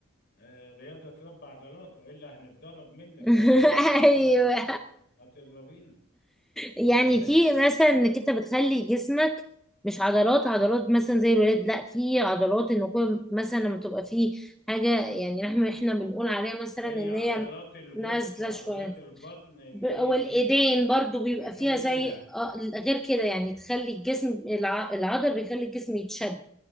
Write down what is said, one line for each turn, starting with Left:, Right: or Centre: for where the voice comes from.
Left: آه، رياضة تربى عضلات والا هنتضرب منك
Centre: <laughs>
Left: بقى كل ما تشوفينا
Centre: ايوه
Left: هت- هتضربينا <laughs>
Centre: يعني
Left: انت يعني
Centre: في مثلا انك انت بتخلي جسمك مش عضلات عضلات مثلا زي الولاد لا في عضلات ان كل مثلا لما تبقى في حاجه يعني احنا احنا بنقول عليها مثلا
Left: زي
Centre: ان
Left: عضلات
Centre: هي
Left: الوسط
Centre: نازله
Left: وعضلات
Centre: شويه
Left: البطن ان
Centre: ب-
Left: هي
Centre: والايدين
Left: ايه
Centre: برضو بيبقى
Left: تقويها
Centre: فيها زي آه، غير كده يعني تخلي الجسم الع- العضل بيخلي الجسم يتشد